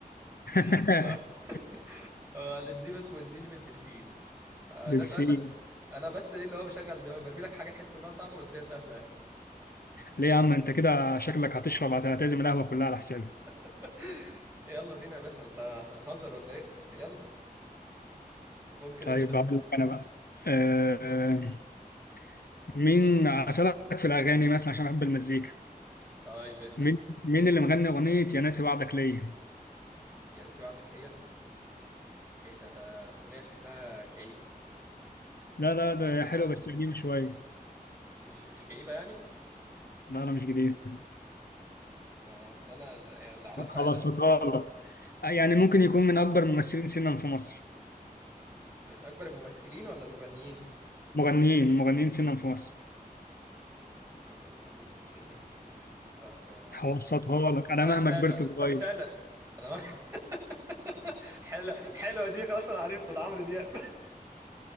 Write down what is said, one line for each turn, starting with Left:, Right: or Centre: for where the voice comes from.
Left: <laughs>
Right: <laughs> هو الانزيم اسمه انزيم البيبسين فده
Left: بيبسي
Right: سؤال بس ت... انا بس ايه اللي هو بشغل دماغي برمي لك حاجه تحس انها صعبه بس هي سهله يعني
Left: ليه يا عم انت كده شكلك هتشرب هتعتزم القهوه كلها على حسابي
Right: <laughs> يلا بينا يا باشا انت احنا هنهزر ولا ايه يلا ممكن
Left: طيب
Right: انت تسأل
Left: هقول لك انا بقى آه مين اسالك في الاغاني مثلا عشان بحب المزيكا
Right: طيب اسأل
Left: مين مين اللي مغني اغنيه يا ناسي وعدك ليا
Right: يا ناسي وعدك ليا ايه ده ده اغنية شكلها كئيبة
Left: لا لا
Right: آه
Left: ده حلو بس قديم شويه
Right: مش مش كئيبة يعني
Left: لا انا مش جديد
Right: ما اصل انا اللي اعرفها
Left: هبسطها
Right: يا ناس
Left: لك يعني ممكن يكون من اكبر الممثلين سنا في مصر
Right: من اكبر الممثلين ولا المغنيين
Left: مغنيين مغنيين سنا في مصر
Right: من اكبر المغنيين سنا طب آه
Left: هبسطها لك انا
Right: طب
Left: مهما
Right: استنى
Left: كبرت صغير
Right: طب استنى انا ما... <laughs> حلوة حلوة دي خلاص انا عرفته ده عمرو دياب <laughs>